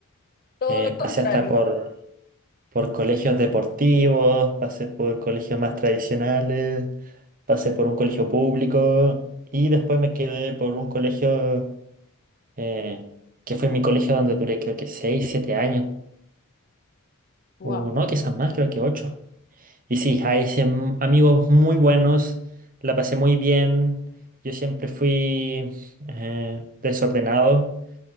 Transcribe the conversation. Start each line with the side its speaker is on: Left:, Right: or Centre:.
Left: Todo
Right: Eh,
Left: lo contrario.
Right: pasé hasta por, por colegios deportivos, pasé por colegios más tradicionales, pasé por un colegio público y después me quedé por un colegio eh, que fue mi colegio donde duré creo que 6 7 años,
Left: Wow.
Right: o no, quizás más, creo que ocho Y sí, ahí hice m- amigos muy buenos, la pasé muy bien, yo siempre fui eh, desordenado,